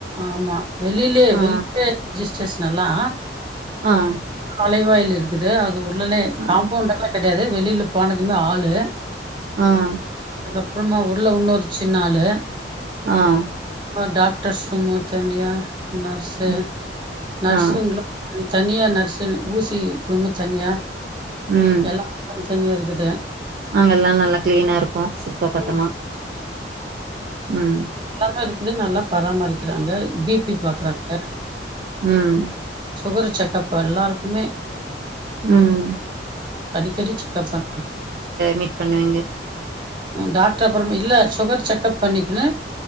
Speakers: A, on the right; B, on the right.
A: ஆமா வெளிலே
B: ஆ
A: வெளிலே ரிஜிஸ் ட்ரேஷனல்லா
B: ஆஹ்
A: மலைவாயில் இருக்குது அது ஒ உடனே
B: அ.
A: காம்பவுண்ட்டெல்லா கெடையாது வெளில போனதுமே ஆளு
B: ஆஹ்
A: அதுக்கப்றமா உள்ள இன்னொரு சின்ன ஆளு
B: ஆஹ்
A: அப்புரோ டாக்டர்ஸ் ரூமு‌ தனியா நர்ஸு
B: ம்
A: நர்ஸுங்ளு
B: ஆ
A: த்தனியா நர்ஸ் தனி ஊசி ரூமு தனியா
B: ம்
A: எல்லா <inaudible> தனியா இருக்குது
B: அங்கெல்லா நல்லா கிளீனா இருக்கு சுத்த பத்தமா
A: ம்
B: உம்
A: நல்லா இருக்குது நல்லா பராமரிக்கிறாங்க பி எப்டி பாக்கறாங்க
B: உம்
A: சுகர் செக்கப் எல்லாருக்குமே
B: உம்
A: அடிக்கடி செக்ப் பண்ணாங்க
B: மீட் பண்ணுவீங்க
A: உ டாக்டர் அப்புற இல்ல சுகர் செக் செக்ப் பண்ணிக்குனு